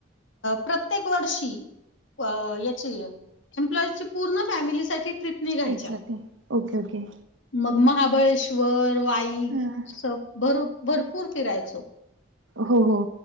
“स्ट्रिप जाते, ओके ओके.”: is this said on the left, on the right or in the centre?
Right